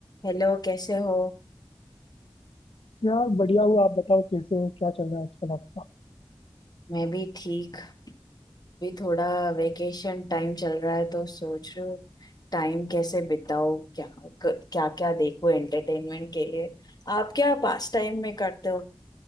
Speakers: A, on the left; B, on the left.
A: Hello कैसे हो
B: यार बढ़िया हुआ आप बताओ कैसे हो क्या चल रहा है आजकल आपका
A: मैं भी ठीक भी थोड़ा वेकेशन टाइम चल रहा है तो सोच रही हूँ टाइम कैसे बिताओ क्या क्या क्या देखो एंटरटेनमेंट के लिए आप क्या पास टाइम में करते हो